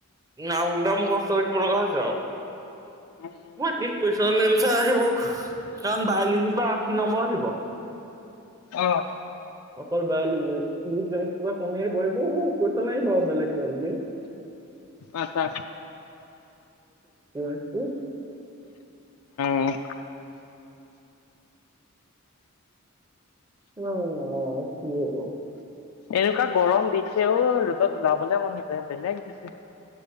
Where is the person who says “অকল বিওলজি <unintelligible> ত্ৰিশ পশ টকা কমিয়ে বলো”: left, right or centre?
Right